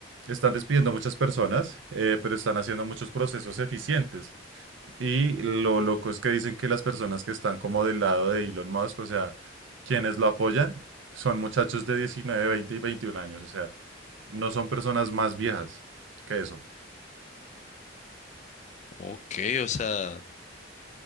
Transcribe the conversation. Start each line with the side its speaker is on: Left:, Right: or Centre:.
Right: Están despidiendo muchas personas, eh, pero están haciendo muchos procesos eficientes. Y lo loco es que dicen que las personas que están como del lado de Elon Musk, o sea, quienes lo apoyan, son muchachos de 19, 20 y 21 años, o sea, no son personas más viejas que eso.
Left: Ok, o sea,